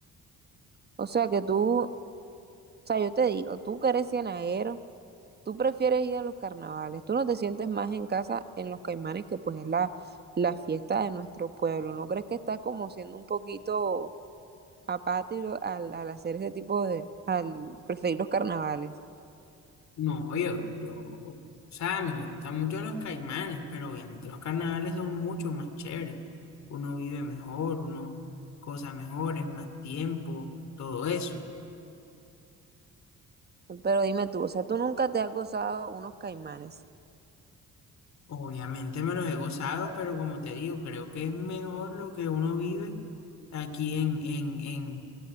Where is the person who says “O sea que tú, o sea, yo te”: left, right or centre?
Right